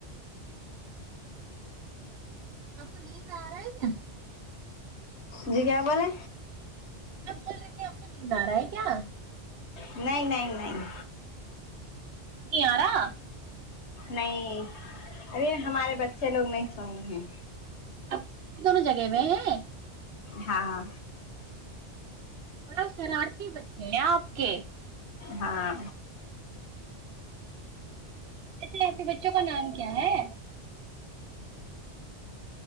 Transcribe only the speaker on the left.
جی کیا بولے
نہیں نہیں نہیں
نہیں ارے
ہمارے بچے لوگ نہیں سوے ہیں
ہاں
ہاں